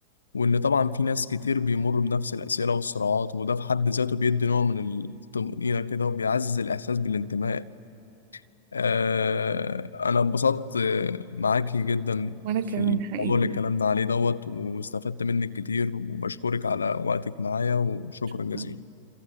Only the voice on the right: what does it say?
وأنا كمان
حقيقي
شكرا